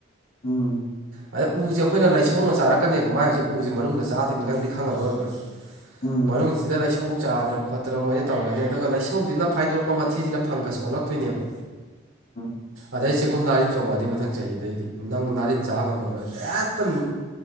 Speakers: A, on the left; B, on the right.
A: ꯎꯝ
B: ꯑꯗ ꯎꯁꯦ ꯑꯩꯈꯣꯏꯅ ꯂꯩꯁꯧꯅ ꯆꯥꯔꯛꯀꯅꯦꯕ ꯃꯥꯏ ꯍꯧꯖꯤꯛ ꯎꯁꯦ ꯃꯅꯨꯡꯗ ꯆꯥꯗꯣꯏꯅꯤ ꯅꯪꯗꯤ ꯈꯪꯉꯔꯣꯏꯕ
A: ꯎꯝ
B: ꯃꯅꯨꯡꯁꯤꯗ ꯂꯩꯁꯧ ꯆꯥꯗꯅ ꯈꯣꯠꯇ ꯅꯠꯇꯅ ꯃꯣꯏꯁꯦ ꯇꯧꯔꯛꯑꯅꯤ ꯑꯗꯨꯒ ꯂꯩꯁꯧꯁꯤꯅ ꯐꯥꯏꯗꯣꯔꯛꯄ ꯃꯊꯤꯁꯤꯅ ꯐꯪꯒꯁ ꯑꯣꯜꯂꯛꯇꯣꯏꯅꯦꯕ
A: ꯑ
B: ꯑꯗꯩ ꯁꯤꯒꯨꯝ ꯅꯥꯔꯤꯟ ꯆꯣꯡꯉꯛꯑꯅꯤ ꯃꯊꯪ ꯆꯍꯤꯗꯩꯗꯤ ꯅꯪ ꯅꯥꯔꯤꯟ ꯆꯥ ꯉꯝꯃꯔꯣꯏ ꯍꯦꯛꯇꯝ